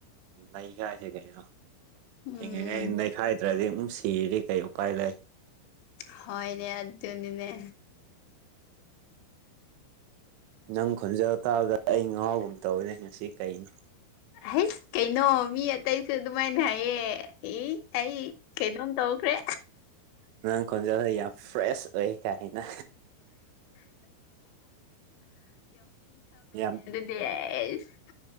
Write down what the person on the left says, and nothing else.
ꯎꯝ
ꯍꯣꯢꯅꯦ ꯑꯗꯨ ꯑꯗꯨꯅꯤꯅꯦ
ꯍꯁ ꯀꯩꯅꯣ ꯃꯤ ꯑꯇꯩꯁꯨ ꯑꯗꯨꯃꯥꯏꯅ ꯍꯥꯏꯌꯦ ꯑꯩ ꯀꯩꯅꯣꯝ ꯇꯧꯈ꯭ꯔꯦ
ꯁꯦꯁ